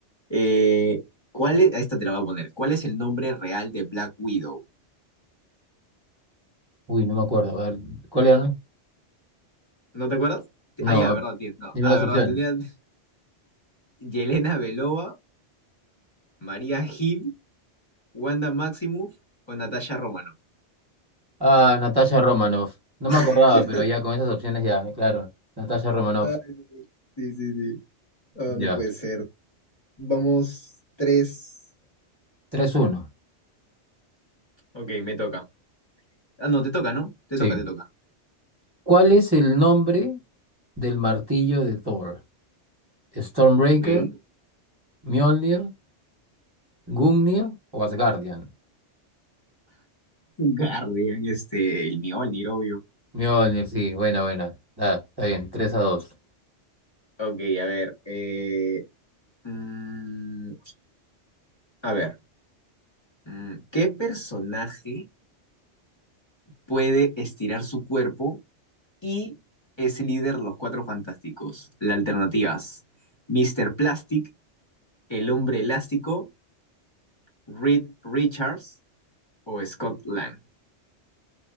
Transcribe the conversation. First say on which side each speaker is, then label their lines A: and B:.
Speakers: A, on the left; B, on the right.
A: Eh, ¿cuál es? A Esta te la voy a poner. ¿Cuál es el nombre real de Black Widow?
B: Uy, no me acuerdo. A ver, ¿cuál era?
A: ¿No te acuerdas?
B: No,
A: Ah, ya, verdad, tiene. no.
B: dime
A: Ah,
B: las
A: verdad,
B: opciones.
A: tenía <laughs> Yelena Belova, María Gil, Wanda Maximoff o Natasha Romanoff.
B: Ah, Natasha Romanoff. No me acordaba,
A: <laughs>
B: pero ya con esas opciones ya, claro. Natasha Romanoff.
A: Ay, no puede- Sí, sí, sí. Oh,
B: Ya.
A: no puede ser. Vamos, tres.
B: tres uno.
A: Ok, me toca. Ah, no, te toca, ¿no? Te
B: Sí.
A: toca, te toca.
B: ¿Cuál es el nombre del martillo de Thor? ¿Stormbreaker,
A: Ok. <laughs>
B: Mjolnir, Gungnir o Asgardian?
A: Guardian, este, el Mjolnir, obvio.
B: Mjolnir, sí, buena, buena. Ah, está bien, Tres
A: Eh,
B: a 2.
A: Ok, a ver. eh, mm, a ver. mm, ¿qué personaje puede estirar su cuerpo y es líder de los Cuatro Fantásticos? Las alternativas: Mr. Plastic, el hombre elástico, Reed Richards o Scott Lang.